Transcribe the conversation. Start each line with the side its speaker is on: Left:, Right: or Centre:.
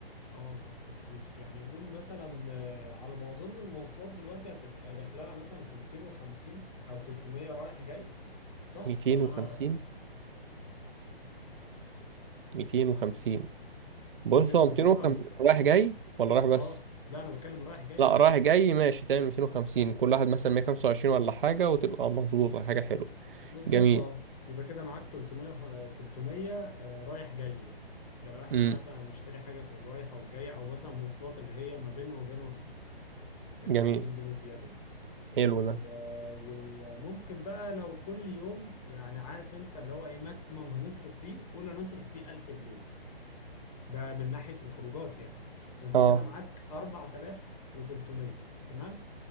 Left: اه صح الفلوس يعني قول مثلا آه، على ما اظن المواصلات دلوقتي هتبقى داخلها مثلا في 250 او 300 رايح جاي صح
Right: 250
Left: ولا انا
Right: 250 بص
Left: 250
Right: هو 250
Left: ولا 600
Right: رايح جاي ولا رايح بس
Left: اه لا انا بتكلم رايح جاي
Right: لا رايح جاي ماشي تعمل 250 كل واحد مثلا 125 ولا حاجة وتبقى مظبوطة حاجة حلوة
Left: بالظبط
Right: جميل
Left: اه يبقى كده معاك 300 خ- 300 آه، رايح جاي مثلا ده لو احنا
Right: امم
Left: مثلا هنشتري حاجة في الرايحة والجاية او مثلا مواصلات اللي هي ما بيننا وما بين رمسيس ال
Right: جميل
Left: 50 جنيه زيادة
Right: حلو ده
Left: آه، وممكن بقى لو كل يوم يعني عارف انت اللي هو ايه ماكسيمم هنصرف فيه قول هنصرف فيه 1000 جنيه ده من ناحية الخروجات يعني فانت
Right: اه
Left: كده اه معاك 4300 تمام